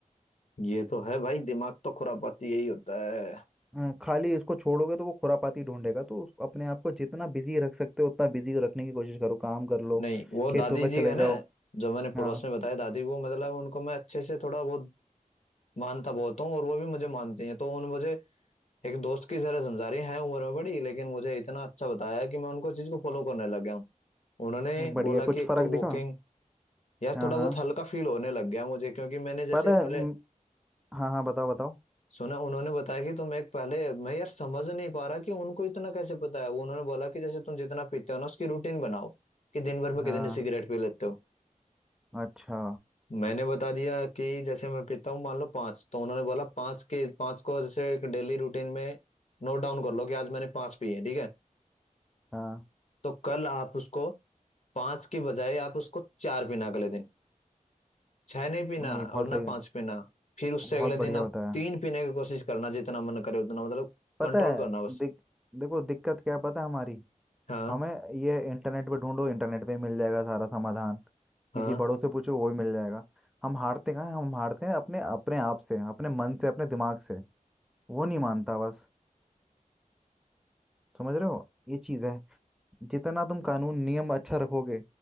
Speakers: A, on the left (about 55°); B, in the centre.
A: ये तो है भाई दिमाग तो खुरापाती यही होता है
B: अ, खाली इसको छोड़ोगे तो वो खुरापाती ढूंढेगा तो उस- अपने आप को जितना बिजी रख सकते हो उतना बिजी रखने की कोशिश करो काम कर लो
A: नहीं वो दादी
B: खेतों पे
A: जी
B: चले
A: है ना
B: जाओ
A: जो मैंने पड़ोस
B: हाँ
A: में बताया दादी वो मतलब उनको मैं अच्छे से थोड़ा बहुत मानता बहुत हूँ और वो भी मुझे मानती हैं तो उन्होंने मुझे एक दोस्त की तरह समझा रही हैं उम्र में बड़ी लेकिन मुझे इतना अच्छा बताया कि मैं उनको चीज को फॉलो करने लग गया हूँ उन्होंने
B: ये बढ़िया
A: बोला कि
B: कुछ
A: एक
B: फर्क
A: तो वॉकिंग
B: दिखा
A: यार
B: हाँ
A: थोड़ा
B: हाँ
A: बहुत हल्का फील होने लग गया मुझे क्योंकि मैंने जैसे
B: पता है
A: पहले
B: म, हाँ हाँ बताओ बताओ
A: सुना उन्होंने बताया कि तुम एक पहले मैं यार समझ नहीं पा रहा कि उनको इतना कैसे पता है वो उन्होंने बोला कि जैसे तुम जितना पीते हो ना उसकी रूटीन बनाओ कि दिन भर में
B: हाँ
A: कितने सिगरेट पी लेते हो
B: अच्छा
A: मैंने बता दिया कि जैसे मैं पीता हूँ मान लो पांच तो उन्होंने बोला पांच के पांच को जैसे एक डेली रूटीन में नोट डाउन कर लो कि आज मैंने पांच पी है ठीक है
B: हाँ
A: तो कल आप उसको पांच की बजाय आप उसको चार पीना अगले दिन छह नहीं पीना
B: नहीं बहुत
A: और ना
B: सही है
A: पांच पीना फिर उससे
B: बहुत
A: अगले दिन
B: बढ़िया
A: आप
B: बताया
A: तीन पीने की कोशिश करना जितना मन करे उतना मतलब
B: पता
A: कंट्रोल
B: है
A: करना बस
B: दिक, देखो दिक्कत क्या है पता है हमारी
A: हाँ
B: हमें ये इंटरनेट पे ढूंढो इंटरनेट पे ही मिल जाएगा सारा समाधान
A: हाँ
B: किसी बड़ों से पूछो वो ही मिल जाएगा हम हारते कहाँ हैं? हम हारते हैं अपने अपने आप से अपने मन से अपने दिमाग से वो नहीं मानता बस समझ रहे हो ये चीज़ है जितना तुम कानून नियम अच्छा रखोगे